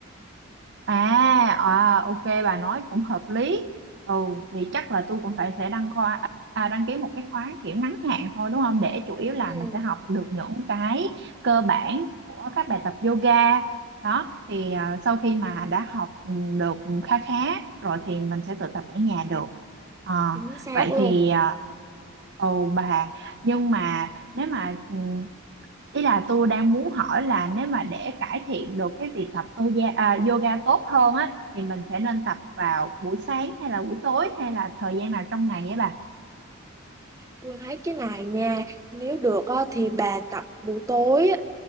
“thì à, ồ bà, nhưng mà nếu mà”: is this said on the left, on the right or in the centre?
Right